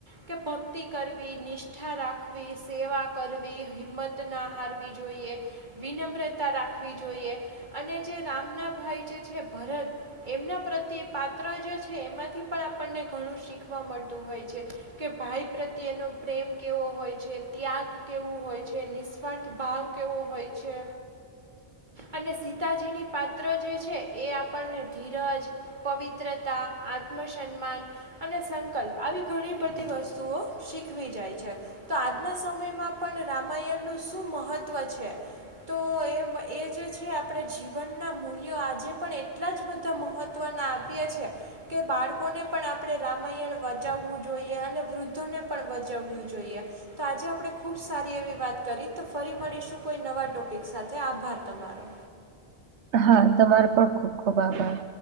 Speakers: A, on the right; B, on the right.
A: કે ભક્તિ કરવી, નિષ્ઠા રાખવી, સેવા કરવી હિંમત તના હારવી જોઈએ, વિનમ્રતા રાખવી જોઈએ અને જે રામના ભાઈ જે છે ભરત એમના પ્રત્યે પાત્ર જે છે એમાંથી પણ આપણને ઘણું શીખવા મળતું હોય છે. કે ભાઈ પ્રત્યેનો પ્રેમ કેવો હોય છે, ત્યાગ કેવો હોય છે, નિસ સ્વાર્થ ભાવ કેવો હોય છે અને શિ તાજીની પાત્ર જે છે એ આપણને ધીરજ પવિત્રતા આત્મસન્માન અને સંકલ્પ આવી ઘણી બધી વસ્તુઓ શીખવી જાય છે. તો આજના સમયમાં પણ રામાયણનું શું મહત્ત્વ છે? તો એમ એ જે છે. આ પડે જીવનના મૂલ્યો આજે પણ એટલા જ બધા મહત્ત્વના આપીએ છીએ. કે બાળકોને પણ આપણે રામાયણ વચાવવું જોઈએ, અને વૃદ્ધોને પણ વચાવવું જોઈએ. તો આજે આપડે ખુબ સારી એવી વાત કરી તો ફરી મળીશું કોઈ નવા ટોપિક સાથે આભાર તમારો.
B: હા તમારો પણ ખુબ ખુબ આભાર.